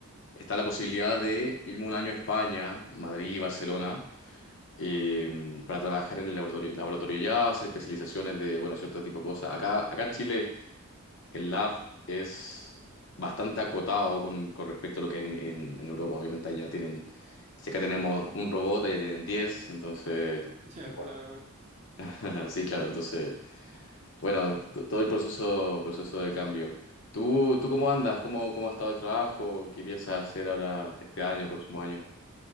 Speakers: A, on the left; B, on the right.
A: está la posibilidad de irme un año a España, Madrid, Barcelona, eh, para trabajar en el laboratorio, laboratorio ya, hacer especializaciones de, bueno, cierto tipo de cosas. Acá, acá en Chile El lab es bastante acotado con, con respecto a lo que hay en, en- en Europa. Obviamente allá tienen, si acá tenemos un robot, allá tienen 10 entonces,
B: Sí. Ya,
A: igual.
B: claro.
A: <laughs> Sí, claro, entonces, bueno, t- todo el proceso, proceso de cambio. ¿Tú, tú cómo andas? ¿Cómo, cómo ha estado el trabajo? ¿Qué piensas hacer ahora este año, el próximo año?